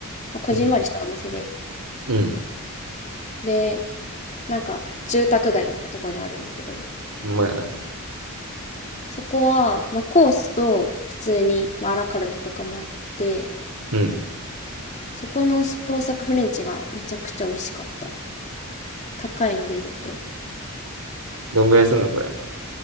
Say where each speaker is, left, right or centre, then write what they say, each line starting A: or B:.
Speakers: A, on the left; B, on the right.
A: まあ、こじんまりしたお店で。
B: うん。うん。
A: で、なんか住宅街みたいなとこにあるんだけど、
B: ほんまやな。
A: そこは、まあコースと普通に、まあ、アラカルトとかもあって、
B: うん。
A: そこの創作フレンチがめちゃくちゃ美味しかった。高いので言うと。
B: どんぐらいすんのこれ。